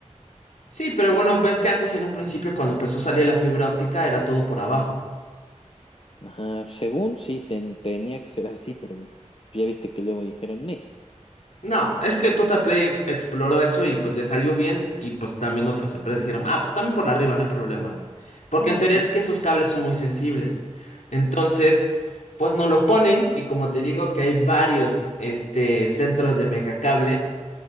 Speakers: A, on the left (about 75°); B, on the left (about 45°).
A: Sí, pero bueno, ves que antes en un principio cuando empezó a salir la fibra óptica era todo por abajo.
B: Ajá, según sí, ten- tenía que ser así, pero ya viste que luego dijeron, no.
A: No, es que Total Play ex- exploró eso y pues le salió bien y pues también otras empresas dijeron, ah, pues también por arriba, no hay problema. Porque
B: Ujú.
A: en teoría es que esos cables son muy sensibles. Entonces, pues no lo ponen y como te digo que hay varios este, centros de megacable,